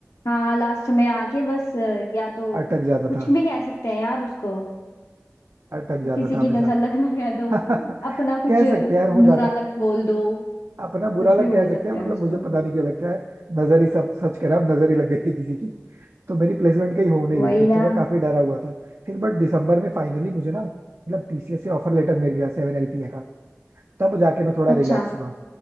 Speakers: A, on the left; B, on the right.
A: हाँ लास्ट में आके बस अ, या तो
B: अटक जाता
A: कुछ
B: था
A: भी कह सकते हैं यार उसको
B: अटक जाता
A: किसी
B: था
A: की
B: हमेशा
A: नजर लगना कह
B: <laughs>
A: दो
B: कह
A: अपना कुछ
B: सकते हैं यार हो जाता
A: बुरा
B: है
A: लग बोल दो
B: अपना बुरा
A: कुछ
B: लग
A: भी बोल
B: कह सकते
A: सकते
B: हैं मतलब
A: हैं उसको
B: मुझे पता नहीं क्यों लगता है नजर ही सब सच कह रहा है, अब नजर ही लग गई थी किसी की तो मेरी प्लेसमेंट कहीं हो नहीं रही
A: वही
B: थी
A: ना
B: तो मैं काफी डरा हुआ था फिर बट दिसंबर में फाइनली मुझे ना मतलब टीसीएस से ऑफर लेटर मिल गया सेवन एलपीए का तब जाके मैं थोड़ा
A: अच्छा
B: रिलैक्स हुआ